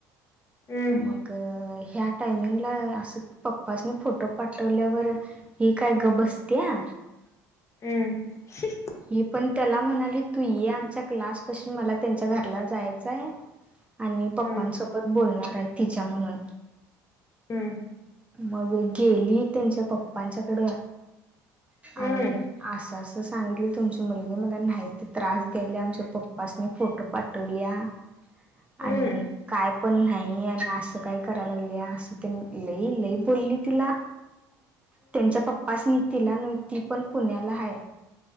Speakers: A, on the left; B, on the right.
A: हम्म
B: मग ह्या टायमिंगला असं पप्पाासनी फोटो पाठवल्यावर ही काय गप बसतीया.
A: हम्म. <inaudible>
B: ही पण त्याला म्हणाली तू ये आमच्या क्लास पाशी मला त्यांच्या घराला जायचं आहे. आणि पप्पांसोबत
A: हम्म
B: बोलणार आहे तिच्या म्हणून.
A: हम्म.
B: मग गेली त्यांच्या पप्पांच्या कड
A: हम्म
B: आणि असं असं सांगितलं तुमची मुलगी मला नाहीते त्रास गेल्या आमच्या पप्पासनी फोटो पाठवल्या. आणि
A: हम्म हम्म
B: काय पण नाही आणि असं काय कराय लागले या असं लई लई बोलली तिला. त्यांच्या पप्पाासनी तिला न ती पण पुण्याला आहे.